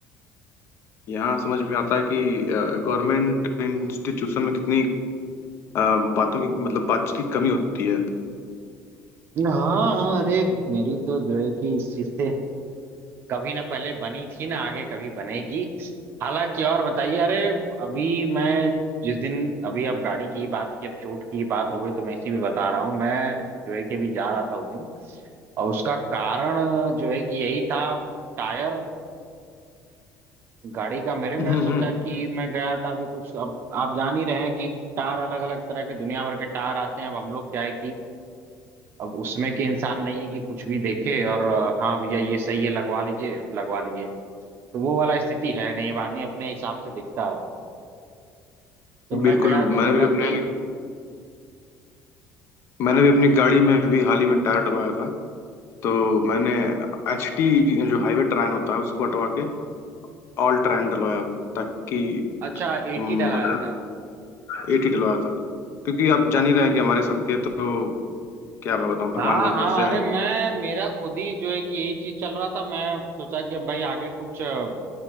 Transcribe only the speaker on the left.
यहाँ समझ में आता है कि गवर्नमेंट इंस्टीट्यूशन में कितनी अ, बातों की मतलब बातचीत की कमी होती है
हम्म
हम्म
बिल्कुल
मैंने
भी
अपने मैंने भी अपनी गाड़ी में अभी हाल ही में टायर डलवाया था तो मैंने एच टी जो हाईवे ट्रेन होता है उसको हटवा के ऑल ट्रेन डलवाया ताकि
हम्म,
एटी डलवाया था क्योंकि आप जान ही रहे हैं कि हमारे सड़कें तो क्या मैं बताऊं भगवान
भरोसे
हैं